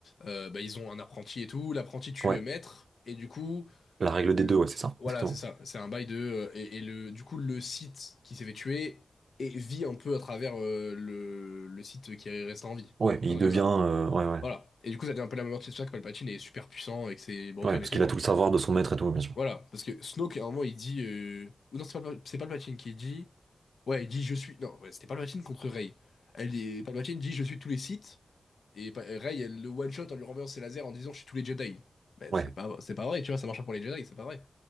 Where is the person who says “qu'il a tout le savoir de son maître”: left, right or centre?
Right